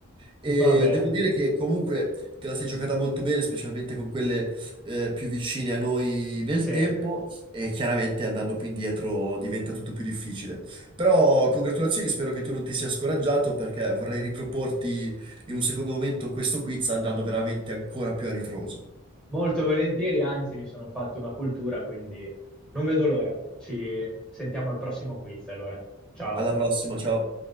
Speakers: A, on the right; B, in the centre.
A: E
B: Va bene,
A: devo dire che comunque te la sei giocata molto bene, specialmente con quelle eh, più vicine a noi nel
B: sì,
A: tempo, e chiaramente andando più indietro diventa tutto più difficile. Però congratulazioni, spero che tu non ti sia scoraggiato perché vorrei riproporti in un secondo momento questo quiz andando veramente ancora più a ritroso.
B: molto volentieri, anzi mi sono fatto una cultura, quindi non vedo l'ora. Ci sentiamo al prossimo quiz, allora. Ciao.
A: Alla prossima, ciao.